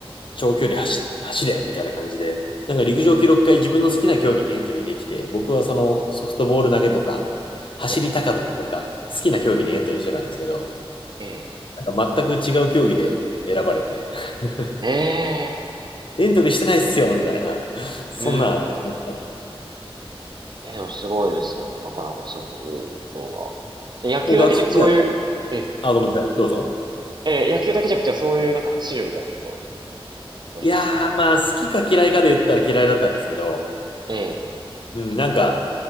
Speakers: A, on the left (about 55°); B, on the right (about 45°).
A: 長距離走、走れみたいな感じで、なんか陸上記録会自分の好きな競技にエントリーできて、僕はそのソフトボール投げとか、走り高跳びとか、
B: い。え
A: 好きな競技にエントリーしてたんですけど、
B: え、
A: なんか全く違う競技で選ばれて、<laughs>
B: ええ、ええ、
A: エントリーしてないっすよみたいな、そんなんありましたね。
B: うん。ええ、でもすごいですね。なかなかそういうところが。じゃあ野球だけじゃなくそういう、
A: もう学生時代、
B: ええ、
A: あ、ごめんなさい、どうぞ。
B: ええ、野球だけじゃなくてそういうなんか走るみたいなところも結構お上手。
A: いやー、まあ、好きか嫌いかで言ったら嫌いだったんですけど、
B: ええ、
A: うん、なんか、